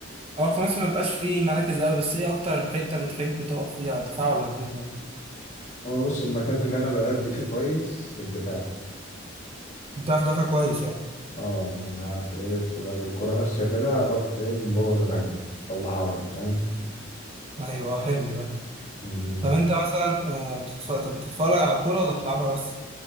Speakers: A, on the right; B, on the left.
A: هو الخماسي ما بيبقاش فيه مراكز قوي بس ايه اكتر حته بتحب تقف فيها دفاع ولا هجوم يعني
B: هو بص المكان اللي انا بأدي فيه كويس الدفاع
A: بتعرف تدافع كويس يعني
B: اه يعني انا عارف ايه بتبقى الكوره ماشيه كده اروح ايه مبوظ الهجمه طلعها بره فاهم
A: ايوه حلو ده
B: مهم.
A: طب انت مثلا آه، بتتف... طب بتتفرج على كوره ولا بتلعبها بس